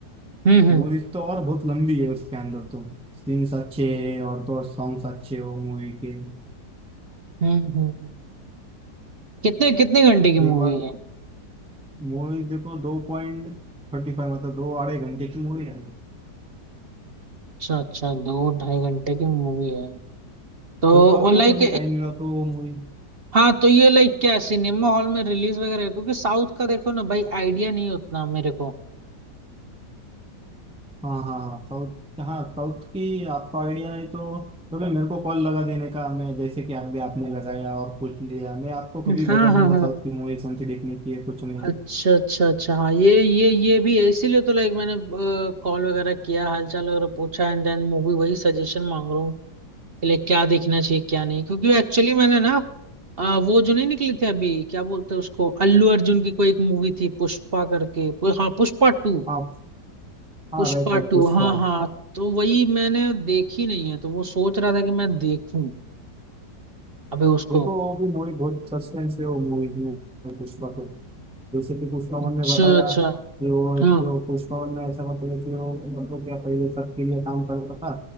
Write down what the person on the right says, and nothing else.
हम्म हम्म
हम्म हम्म हम्म। कितने कितने घंटे की
मूवी
है
अच्छा अच्छा दो ढाई घंटे की मूवी है तो
लाइक
हाँ तो ये लाइक क्या सिनेमा हॉल में रिलीज वगैरह क्योंकि साउथ का देखो ना भाई आइडिया नहीं उतना मेरे को
हाँ
हाँ
हाँ
अच्छा अच्छा अच्छा हाँ ये ये ये भी है इसीलिए तो लाइक मैंने कॉल वगैरह किया हालचाल वगैरह पूछा एंड देन मूवी वही सजेशन मांग रहा हूँ कि लाइक क्या देखना चाहिए क्या नहीं क्योंकि एक्चुअली मैंने ना अ, वो जो नहीं निकली थी अभी क्या बोलते हैं उसको अल्लू अर्जुन की कोई एक मूवी थी पुष्पा करके पु- हाँ पुष्पा टू
पुष्पा
टू
हाँ हाँ तो वही मैंने देखी नहीं है तो वो सोच रहा था कि मैं देखूं अबे उसको
अच्छा
अच्छा
हाँ